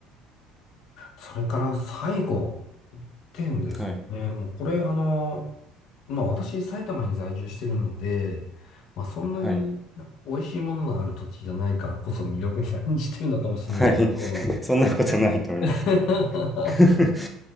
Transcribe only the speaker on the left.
それから最後、一点ですね。
もうこれ、あのまあ私、埼玉に在住してるので、まあそんなに美味しいもののある土地じゃないからこそ魅力に感じてるのかもしれないけど、
<laughs>